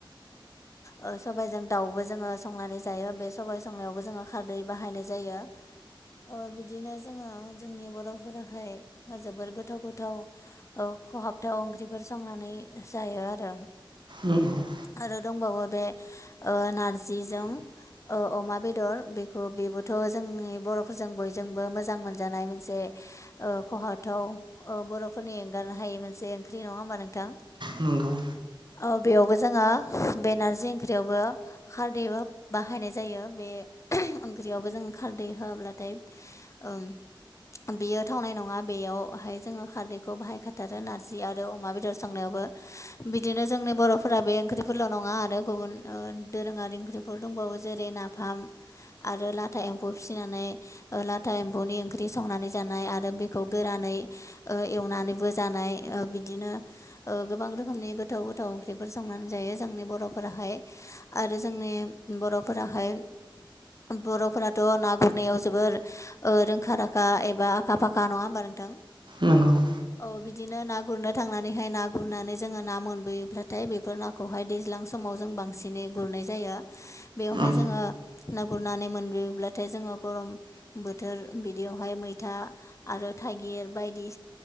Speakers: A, on the left (about 35°); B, on the right (about 60°).
A: ओ सबबायजों दाउबो जोङो संनानै जायो बे सबाय संनायावबो जोङो खारदै बाहायनाय जायो। अ बिदिनो जोङो जोंनि बर'फोराहाय जोबोर गोथाव गोथाव औ खहाबथाव ओंख्रिफोर संनानै जायो आरो।
B: नंगौ
A: आरो दंबावो बे ओ नारजिजों ओ अमा बेदर। बे खौ बेबोथ' जोंनि बर'फोरजों बयजोंबो मोजां मोनजानाय मोनसे ओ खहाबथाव ओ बर'फोरनि एंगारनो हायै मोनसे ओंख्रि नङा होमबा नोंथां?
B: नंगौ
A: औ बेयावबो जोङो बे नारजि ओंख्रियावबो खारदैबो बाहायनाय जायो बे ओंख्रियावबो जों खारदै होआब्लाथाय ओं बेयो थावनाय नङा बेयावहाय जोङो खारदैखौ बाहायखाथार रो नारजि आरो अमा बेदर संनायावबो बिदिनो जोंनि बर'फोरा बे ओंख्रिफोरल' नङा आरो गुबुन दोरोङारि ओंख्रिफोर दंबावो जेरै ना फाम आरो लाथा एम्फौ फिसिनानै लाथा एम्फौनि ओंख्रि संनानै जानाय आरो बेखौ गोरानै एवनानैबो जा नाय ओ बिदिनो ओ गोबां रोखोमनि गोथाव गोथाव ओंख्रिफोर संनानै जायो जोंनि बर फोराहाय आरो जोंनि बर फोराहाय बर'फोराथ' ना गुरनायाव जोबोर ओ रोंखा राखा एबा आखा फाखा नङा होमबा नोंथां?
B: नंगौ।
A: औ बिदिनो ना गुरनो थांनानैहाय ना गुरनानै जोङो ना मोनबोयोब्लाथाय बेफोर नाखौहाय दैज्लां समाव जों बांसिनै गुरनाय जायो बेवहाय
B: औ
A: जोङो ना गुरनानै मोनबोयोब्लाथाय जोङो गरम बोथोर बिदियावहाय मैथा आरो थाइगिर बायदि